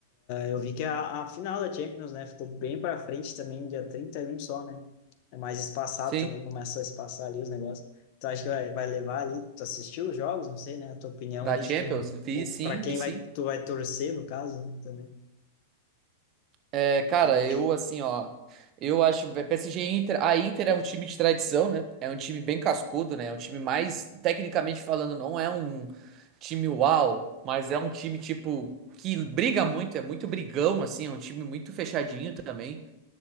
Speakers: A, on the left; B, on the right.
A: Eu vi que a, a final da Champions, né, ficou bem para frente também, dia 31 só, né? É mais espaçado
B: Sim.
A: também, começa a espaçar ali os negócios. Tu acha que vai, vai levar ali? Tu assistiu os jogos? Não sei, né? A tua opinião
B: Da
A: ali
B: Champions?
A: de quem,
B: Vi
A: ou
B: sim,
A: para quem
B: vi sim.
A: vai, tu vai torcer, no caso, né, também.
B: É, cara,
A: Que daí
B: eu
A: é
B: assim, ó. Eu acho é, PSG e Inter. A Inter é um time de tradição, né? É um time bem cascudo, né? É um time mais, tecnicamente falando, não é um time uau, mas é um time tipo que briga muito, é muito brigão, assim, é um time muito fechadinho também.